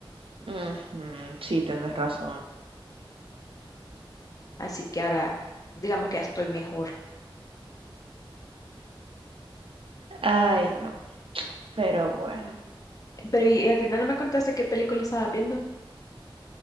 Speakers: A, on the right; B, on the left.
A: Ujú, sí, tienes razón.
B: Así que ahora, digamos que ya estoy mejor.
A: Ay, no, pero bueno.
B: Pero y, y al final no me contaste qué película estabas viendo.